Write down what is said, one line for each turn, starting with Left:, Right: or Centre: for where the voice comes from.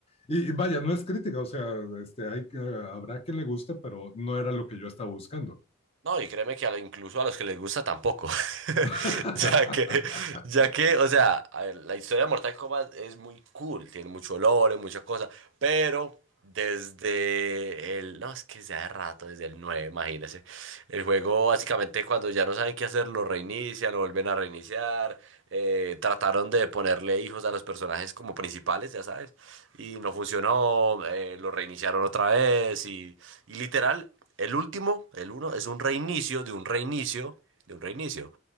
Left: Y, y vaya, no es crítica, o sea, este, hay, que- habrá quien le guste, pero no era lo que yo estaba buscando.
Right: No, y créeme que a lo- incluso a los que les gusta tampoco. <laughs>
Left: <laughs>
Right: Ya que, ya que, o sea, a ver, la historia de Mortal Kombat es muy cool, tiene mucho olor, muchas cosas, pero desde el, no, es que sea de rato, desde el 9 imagínense. El juego básicamente cuando ya no saben qué hacer, lo reinician, lo vuelven a reiniciar, eh, trataron de ponerle hijos a los personajes como principales, ya sabes, y no funcionó, eh, lo reiniciaron otra vez y... Y literal, el último, el uno, es un reinicio de un reinicio de un reinicio.